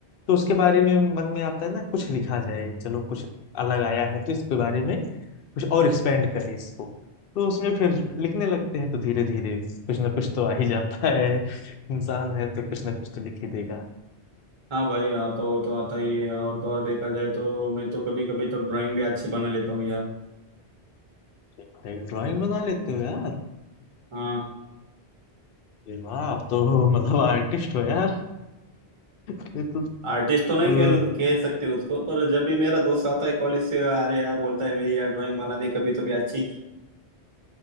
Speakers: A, on the left; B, on the right.
A: तो उसके बारे में मन में आता है ना कुछ लिखा जाए चलो कुछ अलग आया है तो इसके बारे में कुछ और एक्सपेंड करें इसको तो उसमें फिर लिखने लगते हैं तो धीरे धीरे कुछ ना कुछ तो आ ही जाता है इंसान है तो कुछ ना कुछ तो लिख ही देगा
B: हाँ भाई आता हो तो आता ही है और तो और देखा जाए तो मैं तो कभी कभी तो ड्राइंग भी अच्छी बना लेता हूँ यार
A: भाई ड्राइंग बना लेते हो यार
B: हाँ
A: ये वाह आप तो मतलब आर्टिस्ट हो यार ये तो,
B: आर्टिस्ट
A: तो
B: तो नहीं कह कह सकते उसको पर जब भी मेरा दोस्त आता है कॉलेज से अरे यार बोलता है मेरी यार ड्राइंग बना दे कभी तो भी अच्छी